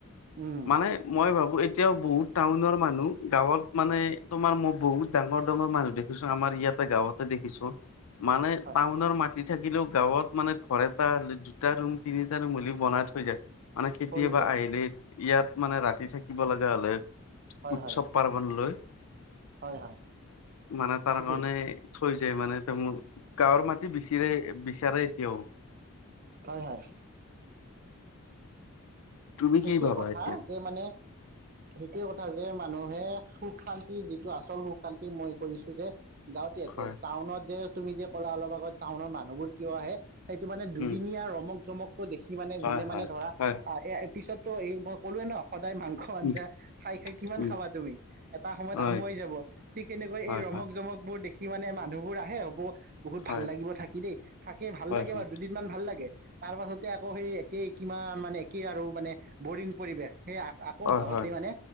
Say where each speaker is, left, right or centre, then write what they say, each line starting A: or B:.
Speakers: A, on the right; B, on the left.
A: উম
B: মানে মই ভাবো এই এতিয়াও বহুত টাউনৰ মানুহ গাঁৱত মানে তোমাৰ মই বহুত ডাঙৰ ডাঙৰ মানুহ দেখিছো আমাৰ ইয়াত এটা গাঁৱতে দেখিছো মানে
A: হয়
B: টাউনৰ মাটি থাকিলেও গাঁৱত মানে ঘৰ এটা দুটা ৰুম তিনিটা ৰুম হল বনাই থৈ যায় মানে, কেতিয়াবা
A: হৈ যায়
B: আহিলে ইয়াত মানে ৰাতি থাকিব লাগে। তে হলে
A: হয়
B: উৎসৱ
A: হয়
B: -পাৰ্বন লৈ।
A: হয় হয়
B: মানে তাৰ
A: ঠিকেই
B: কাৰণে থৈ যায় মানে ম গাঁৱৰ মাটি বিচিৰে বিচাৰে এতিয়াও
A: হয়, হয়।
B: তুমি
A: সেইটোৱে
B: কি ভাবা
A: কথা
B: এতিয়া
A: যে মানে সেইটোৱে কথা যে মানুহে সুখ শান্তি যিটো আচল সুখ শান্তি মই কৰিছো যে গাঁৱতে আছে
B: হয়
A: টাউনত যে তুমি যে ক'লা অলপ আগত টাউনৰ মানুহবোৰ কিয় আহে সেইটো মানে দুদিনীয়া
B: উম
A: ৰমক জমক দেখি মানে
B: হয়
A: যোনে
B: হয়
A: মানে ধৰা
B: হয়
A: এ পিছতো এই মই ক'লোৱে ন সদায় মাংস আঞ্জা
B: উম
A: খাই খাই কিমান
B: উম
A: খাবা তুমি এটা সময়ত
B: হয়
A: আমুৱাই যাব ঠিক সনেকৈ
B: হয়
A: এই ৰ ৰমক
B: হয়
A: -জমকবোৰ দেখি মানে মানুহবোৰ আহে হ বহুত
B: হয়
A: ভাল লাগিব থাকি দেই থাকেই ভাল
B: হয়
A: লাগে
B: হয়
A: বাৰু দুদিনমান ভাল লাগে তাৰ পাছতে আকৌ সেই একেই কিমান মানে একেই আৰু মানে বৰিং পৰিৱেশ সেই আকৌ
B: হয়
A: গাঁৱতে
B: হয়
A: মানে